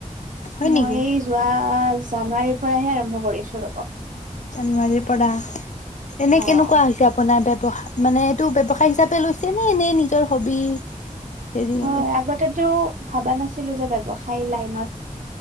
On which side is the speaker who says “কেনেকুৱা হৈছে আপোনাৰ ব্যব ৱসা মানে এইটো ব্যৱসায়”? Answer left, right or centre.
Left